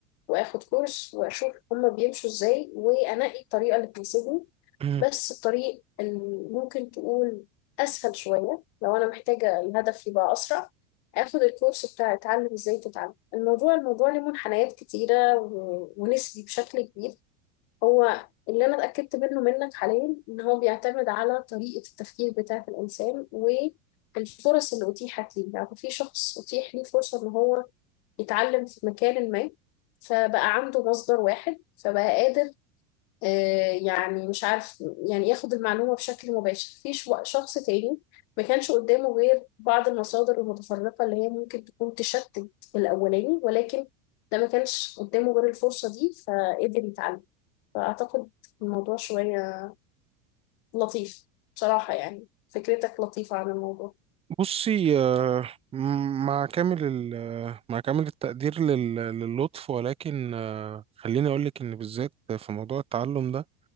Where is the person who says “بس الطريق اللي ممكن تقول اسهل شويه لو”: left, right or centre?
Left